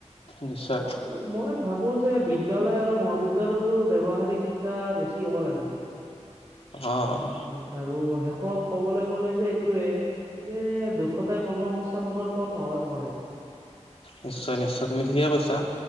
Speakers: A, on the left; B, on the right.
A: নিশ্চয়,
B: আৰু মই ভাবো যে বিদ্যালয় আৰু মহাবিদ্যালয়তো ব্যৱহাৰিক শিক্ষা শিক্ষা বেছি হ'ব লাগে
A: অ'
B: উম আৰু শেষত ক'বলৈ গ'লে যে এইটোৱেই যে দু দক্ষতাই কৰ্মসংস্থাপনৰ পথ সহজ কৰে
A: নিশ্চয়-নিশ্চয় তুমি ঠিকেই কৈছা